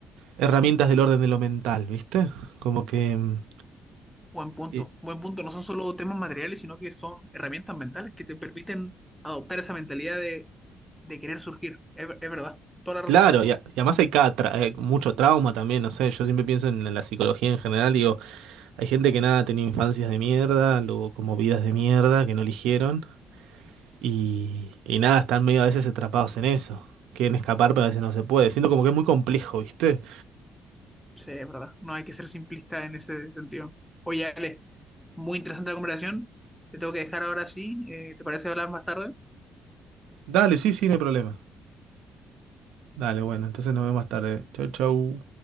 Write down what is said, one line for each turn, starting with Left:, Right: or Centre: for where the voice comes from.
Right: herramientas del orden de lo mental, ¿viste? Como que... mm,
Centre: Buen punto,
Right: y-
Centre: buen punto. No son solo temas materiales, sino que son herramientas mentales que te permiten adoptar esa mentalidad de, de querer surgir. Es, ver- es verdad, es toda la razón.
Right: Claro, y, a- y además hay cada tra- eh, mucho trauma también, no sé, yo siempre pienso en, la psicología en general, digo, hay gente que nada, tenía infancias de mierda, luego como vidas de mierda que no eligieron, y, y nada, están medio a veces atrapados en eso, quieren escapar pero a veces no se puede, siento como que es muy complejo, ¿viste?
Centre: Sí, es verdad. No hay que ser simplista en ese sentido. Oye, Ale, muy interesante la conversación. Te tengo que dejar ahora sí. Eh, ¿te parece hablar más tarde?
Right: Dale, sí, sí, no hay problema. Dale, bueno, entonces nos vemos más tarde. Chau, chau.